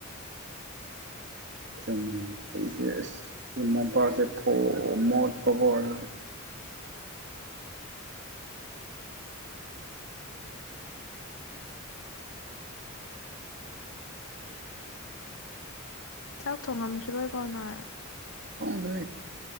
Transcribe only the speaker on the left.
꯫ ꯆꯥꯛ ꯊꯣꯡꯉꯝꯈꯤꯔꯣꯏ ꯀꯣ ꯅꯣꯏ꯫